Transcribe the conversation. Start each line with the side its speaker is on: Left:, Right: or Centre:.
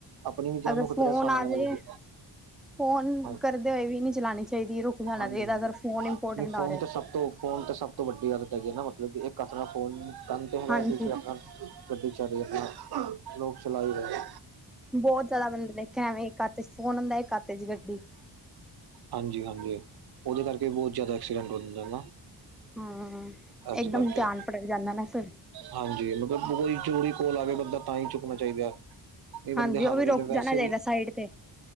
Right: ਅਪਣੀ ਵੀ ਜਾਨ
Centre: ਅਗਰ
Right: ਨੂੰ ਖ਼ਤਰੈ,
Centre: ਫੋਨ
Right: ਸਾਮਣੇ
Centre: ਆ
Right: ਵਾਲੇ
Centre: ਜਾਏ
Right: ਦੀ
Centre: ਫੋਨ
Right: ਹਾਂ।
Centre: ਕਰਦੇ ਹੋਏ ਵੀ ਨੀ ਚਲਾਣੀ ਚਾਈਦੀ। ਰੁਕ ਜਾਣਾ
Right: ਹਾਂਜੀ
Centre: ਚਾਈਦੈ,
Right: ਹਾਂਜੀ
Centre: ਅਗਰ ਫੋਨ ਇੰਪੋਰਟੈਂਟ
Right: ਨਹੀਂ
Centre: ਆਰ
Right: ਫੋਨ ਤੇ ਸਭ ਤੋਂ ਫੋਨ ਤਾਂ ਸਭ ਤੋ ਵੱਡੀ ਆਦਤ ਹੈਗੀ ਏ ਨਾ ਮਤਲਬ ਕਿ ਇੱਕ ਹਾੱਥ ਨਾਲ ਫੋਨ ਕਾਨ ਤੇ ਹੈਗੈ,
Centre: ਹਾਂਜੀ
Right: ਦੂਸਰੇ ਹਾਥ ਨਾਲ ਗੱਡੀ ਚਲ ਰੀ ਐ ਅਪਣਾ। ਲੋਕ ਚਲਾਈ ਰਏ।
Centre: ਬੌਤ ਜੈਦਾ ਬੰਦੇ ਦੇਖੇਣ ਏਵੇਂ ਏਕ ਹੱਥ ਇਚ ਫੋਨ ਹੁੰਦੈ ਇੱਕ ਹੱਥ ਇਚ ਗੱਡੀ।
Right: ਹਾਂਜੀ- ਹਾਂਜੀ, ਓਹਦੇ ਕਰਕੇ ਵੀ ਬੌਤ ਜੈਦਾ ਐਕਸੀਡੈਂਟ ਹੋ ਜਾਂਦੇ ਨਾ।
Centre: ਹੂੰ,
Right: ਇਸ
Centre: ਇੱਕਦਮ
Right: ਕਰਕੇ
Centre: ਧਿਆਨ ਭਟਕ ਜਾਂਦੈ ਨਾ ਸਰ।
Right: ਹਾਂਜੀ, ਮਤਲਬ ਕੋਈ ਜਰੂਰੀ ਕੋਲ ਆ ਵੇ ਬੰਦਾ ਤਾਂ ਈ ਚੁੱਕਣਾ ਚਾਈਦੈ। ਕਈ ਬੰਦੇ
Centre: ਹਾਂਜੀ
Right: ਹਰ
Centre: ਉਹ ਵੀ
Right: ਵੇਲੇ
Centre: ਰੁਕ
Right: ਵੈਸੇ
Centre: ਜਾਣਾ ਚਾਹੀਦਾ
Right: ਵੀ
Centre: ਸਾਈਡ ਤੇ